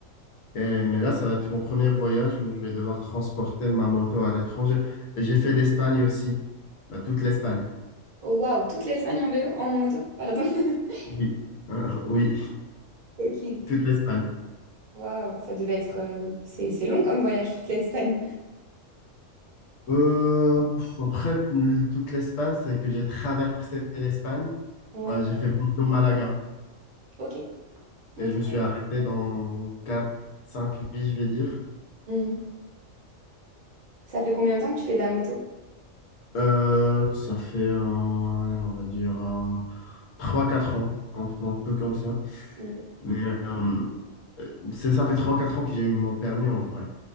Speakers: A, on the left; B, on the right.
A: Et- mais là, ça va être mon premier voyage où je vais devoir transporter ma moto à l'étranger. Et J'ai fait l'Espagne aussi, Bah, toute l'Espagne.
B: Oh waouh, toute l'Espagne en vélo, en moto, pardon. <laughs>
A: Oui, <laughs> oui,
B: Ok.
A: toute l'Espagne.
B: Waouh, ça devait être. euh, c'est c'est long comme voyage, toute l'Espagne.
A: Euh, après, toute l'Espagne, c'est que j'ai traversé l'Espagne.
B: Ouais,
A: Voilà, j'ai fait Bordeaux-Malaga.
B: ok. ok.
A: Et je me suis arrêté dans quatre cinq vies, je vais dire.
B: Hmm. Ça fait combien de temps que tu fais de la moto?
A: Euh, ça fait, euh, allez, on va dire, euh, 3-4 ans, un peu, un peu comme ça.
B: Ok,
A: Mais euh, c'est ça fait trois quatre ans que j'ai eu mon permis en vrai.